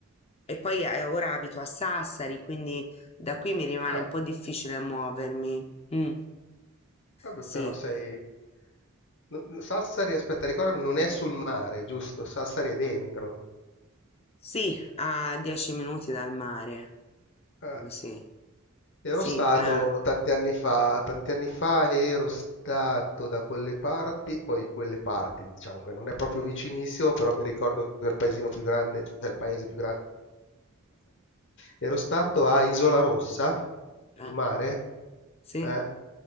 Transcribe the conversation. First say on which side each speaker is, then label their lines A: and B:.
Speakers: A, on the left; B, on the left.
A: e poi eh, ora abito a Sassari, quindi da qui mi rimane
B: Ah,
A: un po' difficile muovermi. Mm.
B: vabbè,
A: Sì,
B: però sei... no- Sassari, aspetta, ricordami, non è sul mare, giusto? Sassari è dentro.
A: Sì, a dieci minuti dal mare.
B: Ah,
A: Eh, Sì,
B: ero
A: sì,
B: stato
A: però...
B: tanti anni fa, tanti anni fa ero stato da quelle parti, poi quelle parti, diciamo che non è proprio vicinissimo, però mi ricordo che il paesino più grande, cioè il paese più grande, ero stato a Isola Rossa, sul
A: eh,
B: mare.
A: sì,
B: Eh,